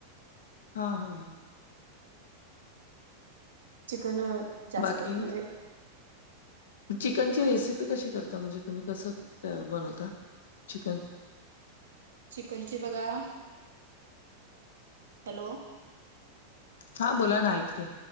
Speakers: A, on the left; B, on the right.
A: हा हा हा
B: चिकन जास्त
A: बाकी
B: म्हणजे
A: चिकनची रेसिपी कशी करता म्हणजे तुम्ही कसं बनवता चिकन?
B: चिकन ची बघा. हॅलो.
A: हा बोला ना ऐकतेय.